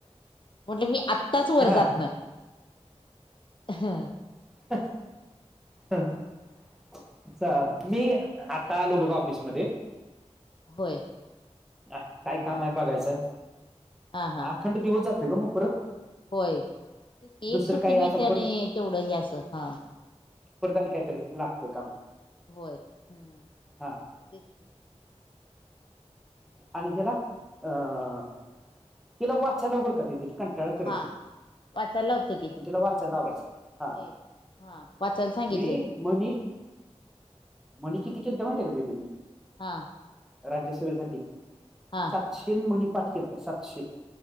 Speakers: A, on the left; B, in the centre.
A: म्हटलं मी आत्ताच वर
B: हा
A: जात ना ह
B: हा ह अछ मी आता आलो बघा ऑफिसमध्ये
A: होय
B: अ
A: हा
B: काय काम
A: हा
B: आहे बघायचं
A: हा हा
B: अखंड दिवस जातोय का मग परत
A: होय एक
B: दुसरं
A: सुट्टी
B: काय
A: मिळते
B: आता
A: आणि तेवढं हे असं हा
B: पुरदान कायत
A: मग
B: लागतो कामा
A: होय. हम्म
B: हा
A: तेच हम्म.
B: आणि ह्याला अ हिला वाचायला वर कध त ठिकण त्या
A: हा
B: कर
A: वाचायला लावतो की
B: तुला वाचायला लावायचं हा
A: ए हा वाचायला सांगितलंय.
B: मी मनी म्हणे
A: हम्म
B: किती केलं तर माहिती का त तुम्ही
A: हा
B: राज्यसभेसाठी
A: हा
B: सातशे मणीपाठ केत सातशे